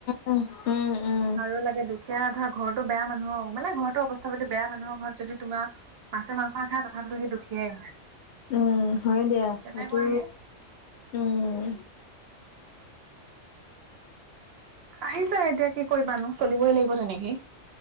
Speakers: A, on the left (about 70°); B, on the right (about 65°).
A: উম উম উম
B: আৰু লাগে দুখীয়া এটা ঘৰটো বেয়া মানুহৰ মানে, ঘৰটোৰ অৱস্থা পাতি বেয়া মানুহৰ ঘৰত যদি তোমাৰ মাছে-মাংসই খাই তথাপিতো সি দুখীয়াই
A: উম হয় দিয়া,
B: তেনেকুৱা
A: এইটো
B: হে
A: উম।
B: আহি যায় এতিয়া কি কৰিবানো চলিবই লাগিব তেনেকে